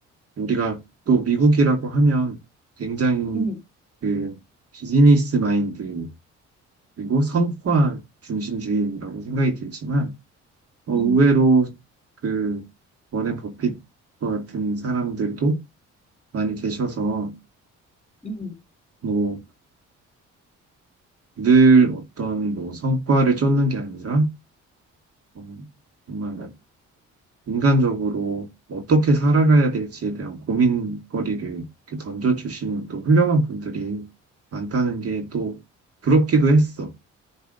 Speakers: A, on the right; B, on the left.
A: 우리가 또 미국이라고 하면 굉장히
B: 음,
A: 그 비즈니스 마인드 그리고 성과 중심주의라고 생각이 들지만 어, 의외로
B: 음,
A: 그 워렌 버핏 같은 사람들도 많이 계셔서
B: 음.
A: 뭐 늘 어떤 뭐 성과를 쫓는 게 아니라 어, 정말 인간적으로 어떻게 살아가야 될지에 대한 고민거리를 이렇게 던져주시는 또 훌륭한 분들이 많다는 게 또 부럽기도 했어.